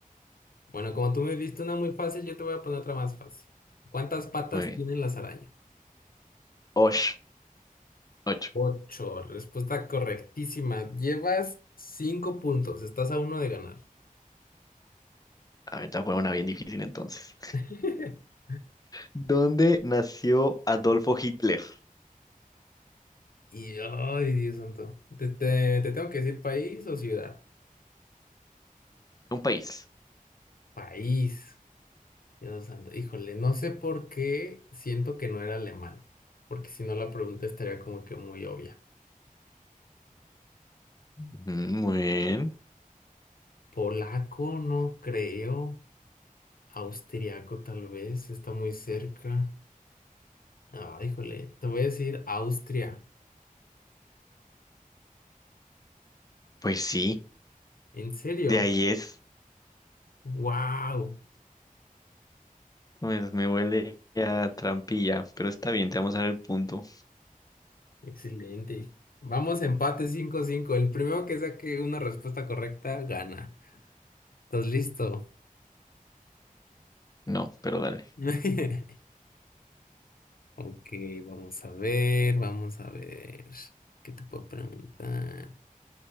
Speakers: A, on the left; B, on the left.
A: Bueno, como tú me viste una muy fácil, yo te voy a poner otra más fácil. ¿Cuántas patas
B: muy bien.
A: tienen las arañas?
B: Osh, ocho.
A: Ocho. Respuesta correctísima. Llevas cinco puntos. Estás a uno de ganar.
B: A ver, te voy a poner una bien difícil entonces.
A: <laughs>
B: ¿Dónde nació Adolfo Hitler?
A: Y, ay, Dios santo. ¿Te, te- te tengo que decir país o ciudad?
B: Un país.
A: País. Dios santo. Híjole, no sé por qué siento que no era alemán. Porque si no, la pregunta estaría como que muy obvia.
B: Ujú, Muy bien.
A: Polaco, no creo. Austriaco, tal vez. Está muy cerca. Ah, híjole. Te voy a decir Austria.
B: Pues sí,
A: ¿En serio?
B: de ahí es.
A: ¡Wow!
B: Pues me huele a trampilla, pero está bien, te vamos a dar el punto.
A: Excelente. Vamos, empate 5 cinco. El primero que saque una respuesta correcta gana. ¿Estás listo?
B: No, pero dale.
A: <laughs> Ok, vamos a ver, vamos a ver. ¿Qué te puedo preguntar?